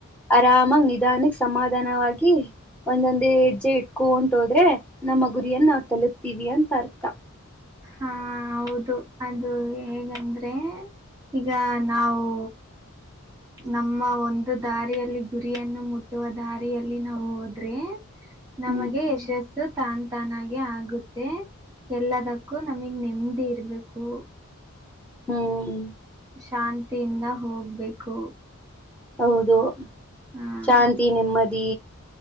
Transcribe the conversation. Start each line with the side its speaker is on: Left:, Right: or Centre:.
Centre: ಆರಾಮಾಗ ನಿಧಾನಕ್ಕೆ ಸಮಾಧಾನವಾಗಿ ಒಂದೊಂದೇ ಹೆಜ್ಜೆ ಇಟ್ಕೊ ಹೊಂಟು ಹೋದ್ರೆ ನಮ್ಮ ಗುರಿಯನ್ನ ನಾವ್ ತಲುಪ್ತೀವಿ ಅಂತ ಅರ್ಥ
Right: ಹಾ ಹೌದು ಅದು ಹೇಗಂದ್ರೆ ಈಗ ನಾವು ನಮ್ಮ ಒಂದು ದಾರಿಯಲ್ಲಿ ಗುರಿಯನ್ನು ಮುಟ್ಟುವ ದಾರಿಯಲ್ಲಿ ನಾವು ಹೋದ್ರೆ ನಮಗೆ
Centre: ಹ್ಮ್
Right: ಯಶಸ್ಸು ತಾನ ತಾನಾಗೆ ಆಗುತ್ತೆ ಎಲ್ಲದಕ್ಕೂ ನಮಗ್ ನೆಮ್ಮದಿ ಇರ್ಬೇಕು
Centre: ಹ್ಮ್
Right: ಶಾಂತಿಯಿಂದ ಹೋಗ್ಬೇಕು
Centre: ಹೌದು
Right: ಹಾ
Centre: ಶಾಂತಿ ನೆಮ್ಮದಿ